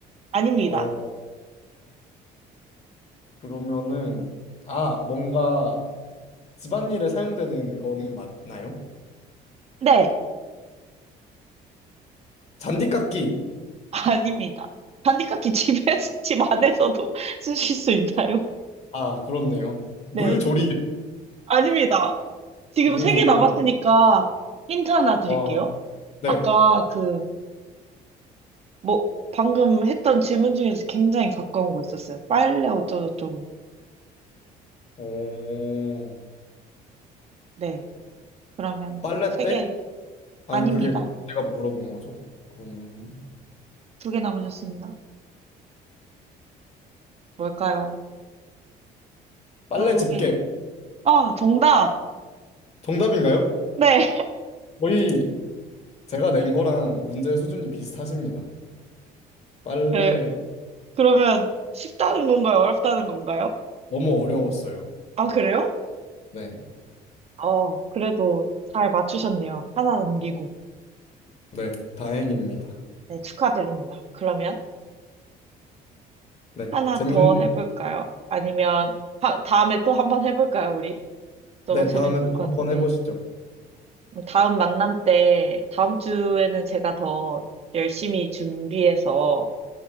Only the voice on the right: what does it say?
아닙니다.
네.
아닙니다. 단디깎기 집에서, <laughs> 집 안에서도 <laughs> 쓰실 수 있나요?
네. 아닙니다. 지금
세 개 남았으니까
힌트 하나 드릴게요.
아까 그, 뭐, 방금 했던 질문 중에서 굉장히 가까운 거 있었어요. 빨래 어쩌고저쩌고.
네. 그러면
세
개.
아닙니다.
두 개 남으셨습니다. 뭘까요?
두
개. 아, 정답!
네.
네. 그러면 쉽다는 건가요? 어렵다는 건가요?
아, 그래요?
어, 그래도 잘 맞추셨네요. 하나 남기고.
네, 축하드립니다. 그러면
하나
더 해볼까요? 아니면 하- 다음에 또 한번 해볼까요, 우리? 너무
재밌을
것
같은데.
그럼 다음 만남 때, 다음 주에는 제가 더 열심히 준비해서